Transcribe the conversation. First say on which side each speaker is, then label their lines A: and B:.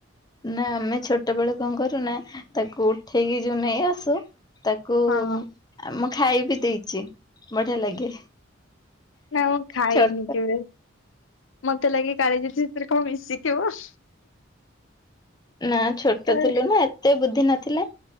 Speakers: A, on the left (about 20°); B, on the left (about 80°).
A: ନା ଆମେ ଛୋଟ ବେଳ କଣ କରୁନା ତାକୁ ଉଠେଇକି ଯୋଉ ନେଇ ଆସୁ ତାକୁ
B: ହଁ
A: ଆମୁଁ ଖାଇବି ଦେଇଛି। ବଢିଆ ଲାଗେ।
B: ନା ମୁଁ ଖାଇ
A: ଛୋଟ
B: ନି କେବେ? ମତେ ଲାଗେ କାଳିଜୀ ସେଥିରେ କଣ ମିଶିଥିବ?
A: ନା ଛୋଟ
B: କାଳେ
A: ଥିଲୁ ନା ଏତେ ବୁଦ୍ଧି ନଥିଲା